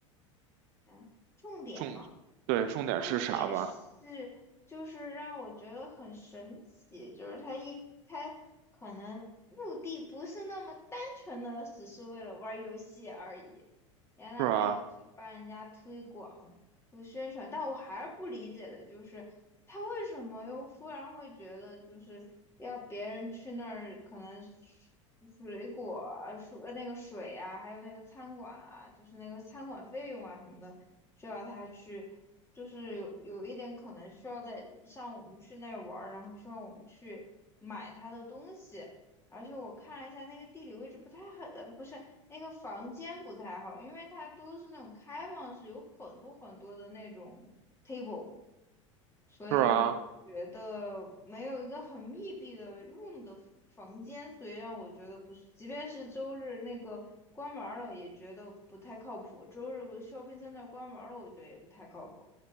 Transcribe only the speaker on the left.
啊重点嘛。
重点是，就是让我觉得很神奇，就是他一他可能目的不是那么单纯的，只是为了玩儿游戏而已，原来还有去帮人家推广、
做宣传，但我还是不理解的，就是他为什么又忽然会觉得就是要别人去那儿，可能水果啊、水那个水啊，还有那个餐馆啊，就是那个餐馆费用啊什么的，需要他去。就是有有一点可能需要在像我们去那玩儿，然后需要我们去买他的东西，而且我看了一下那个地理位置不太好，呃，不是那个房间不太好，因为它都是那种开放式，有很多很多的那种 table，所以我觉得没有一个很密闭的
room 的房间，所以让我觉得不是，即便是周日那个。关门儿了也觉得不太靠谱，周日 shopping center 关门儿了，我觉得也不太靠谱。